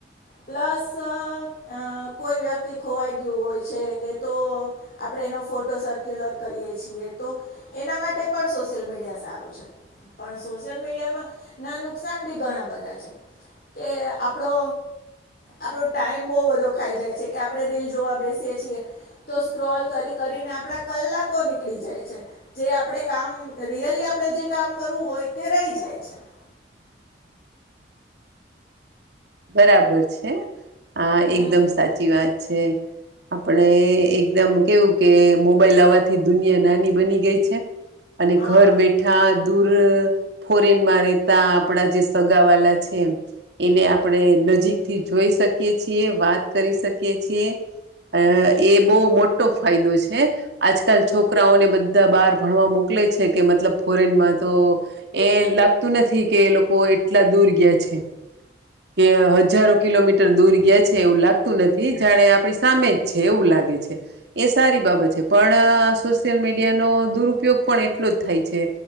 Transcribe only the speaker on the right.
બરાબર છે. આ
એકદમ સાચી વાત છે. આપડે એકદમ કેવું કે મોબાઈલ આવાથી દુનિયા નાની બની ગઈ છે. અને
ઘર બેઠા દૂર ફોરેનમાં રહેેતા આપડે જે સગાવાલા છે એને આપડે નજીકથી જોઈ શકીએ છીએ. વાત કરી શકીએ છીએ. અ એ બહુ મોટો ફાયદો છે. આજકાલ છોકરાઓને બ ધા બાર ભણવા મોકલે છે કે મતલબ ફોરેનમાં તો એ લાગતું નથી કે એ લોકો એટલા દૂર ગયા છે કે હજારો કિલોમીટર દૂર ગયા છે એવું લાગતું નથી. જાણે આપણી સામે જ છે એવું લાગે છે. એ સારી બાબત છે પણ સોશિયલ મીડિયા નો દુરપયોગ પણ એટલો જ થાય છે.